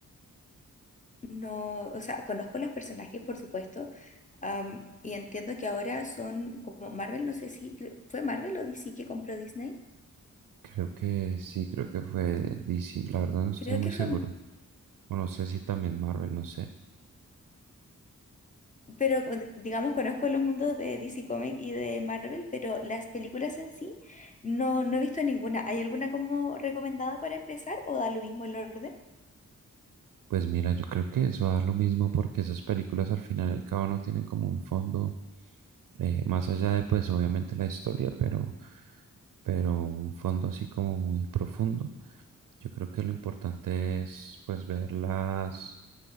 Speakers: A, on the left; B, on the right.
A: No, o sea, conozco los personajes, por supuesto, am, y entiendo que ahora son como Marvel, no sé si creo- fue Marvel o DC que compró Disney.
B: Creo que sí, creo que fue DC, la verdad no estoy
A: Creo
B: muy
A: que
B: seguro.
A: fue, M-
B: O no sé si también Marvel, no sé.
A: pero con- digamos, conozco los mundos de DC Comics y de Marvel, pero las películas en sí no, no he visto ninguna. ¿Hay alguna como recomendada para empezar o da lo mismo el orden?
B: Pues mira, yo creo que eso da lo mismo porque esas películas al final y al cabo no tienen como un fondo, eh, más allá de pues obviamente la historia, pero, pero un fondo así como muy profundo. Yo creo que lo importante es pues verlas